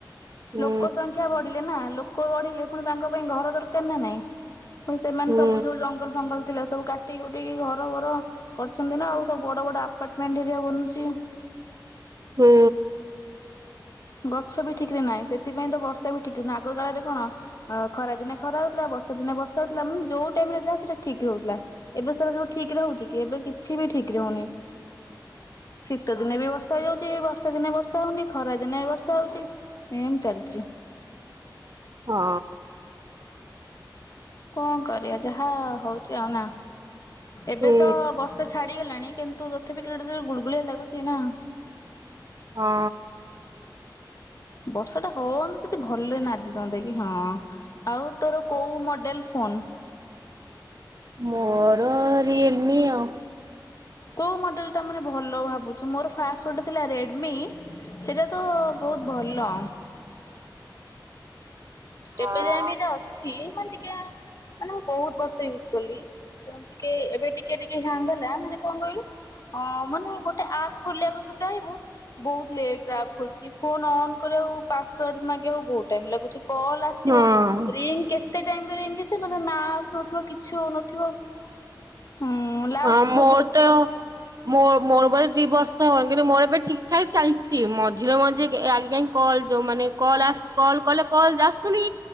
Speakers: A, on the right; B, on the left.
A: ହୁଁ
B: ଲୋକ ସଂଖ୍ୟା ବଢିଲେ ନା ଲୋକ ବଢିଲେ ପୁଣି ତାଙ୍କ ପାଇଁ ଘର ଦରକାର ନା ନାଇଁ। ସେମାନେ
A: ହୁଁ
B: ସବୁ ଯୋଉ ଜଙ୍ଗଲ ଫଙ୍ଗଲ ଥିଲା ସବୁ କାଟିକି କୁଟିକି ଘର ବର କରୁଛନ୍ତି ନା ଆଉ ସବୁ ବଡ ବଡ ଆପାର୍ଟମେଣ୍ଟ ଏରିଆ ବନୁଛି। ହ
A: ହୁଁ।
B: ଗଛ ବି ଠିକ ରେ ନାହିଁ ସେଥିପାଇଁ ତ ବର୍ଷା ବି ଠିକ ହହୁନ ଆଗ କାଳରେ କଣ ଖରାଦିନେ ଖରା ହଉଥିଲା ବର୍ଷା ଦିନ ବର୍ଷାଉଥିଲା ମାନେ ଯଉ ଟାଇମରେ ଯାହା ସେଟା ଠିକ ରହୁଥିଲା ଏବେ ସୋ ସବୁ ଠିକ ରେ ରହୁଛି କି ଏବେ କିଛି ବି ଠିକ୍ ଠିକ ରହୁନି ଶୀତ ଦିନେ ବି ବର୍ଷା ହେଇଯାଉଛି ବର୍ଷା ଦିନେ ବର୍ଷା ହଉନି ଖରା ଦିନ ଦିନ ଏ ବର୍ଷା ହଉଛି ଏ ଏମତି ଚାଲିଛି।
A: ହଁ।
B: କଣ କରିବା ଯାହା ହଉଛି ଆଉ ନା ଏବେ
A: ହୁଁ
B: ତ ବର୍ଷା ଛାଡିଗଲାଣି। କିନ୍ତୁ ତଥେପି କିଟ ଗୁଳଗୁଳିଆ ଲାଗୁଛି ନା।
A: ହଁ।
B: ବର୍ଷା ଟା ହଅନ୍ତ ଯଦି ଭଲରେ ନାଚିଥାନ୍ତେ କି ହଁ ଆଉ ତୋର କୋଉ ମଡେଲ? ଫୋନ୍।
A: ମୋର ରୟଲମି ଆଉ।
B: କୋଉ ମଡେଲ ଟା ମାନେ ଭଲ ଭାବୁଛୁ ମୋର ଫାଷ୍ଟ ଗୋଟେ ଥିଲା ରେଡମି ସେଟା ତ ବହୁତ ଭଲ।
A: ହଁ
B: ଏବେ ଯାଏଁ ବି ଏଟା ଅଛି ମାନ ଟିକେ ମାନେ ମୁଁ ବୋହୁତ ବର୍ଷ ୟୁଜ କଲି କେମତି କି ଏବେ ଟିକେ ଟିକେ ହ୍ୟାଙ୍ଗ ହେଲା ମାନେ କଣ କହିଲୁ ଅ ମାନେ ଗୋଟେ ଆପ ଖୋଲିବାକୁ ତୁ ଚାହିଁବୁ ବୋହୁତ ଲେଟରେ ଆପ ଖୋଲୁଚି ଫୋନ୍ ଅନ୍ କରିବାକୁ ପାସୱାର୍ଡ୍ ମାଗିଆକୁ ବୋହୁତ ଟାଇମ୍ ଲାଗୁଚି। କଲ୍ ଆସିବ
A: ହଁ
B: ରିଙ୍ଗ୍ କେ କେତେ ଟାଇମ ପରେ ଯାଇଁକି ଆସଥିବ ନା ତମର ନାଁ ଆସୁନଥିବ କିଛି ହୋଉନଥିବ। ହୁଁ ଲାଷ୍ଟ୍
A: ହଁ ମୋର
B: କୁ ବି ରଖ୍
A: ତ ମୋ ମୋର ବୋ ଏ ଦିବର୍ଷ କିନ୍ତୁ ମୋର ଏବେ ଠିକ୍ ଠାକ୍ ଚାଲଚି ମ ଝିିଅ ମଞ୍ଜିକି ଏ ଆଗେ କାଇଁ କଲ୍ ଯୋଉ ମାନେ କଲ ଆସ୍ କଲ କଲେ କଲ ଯା ଆସୁନି।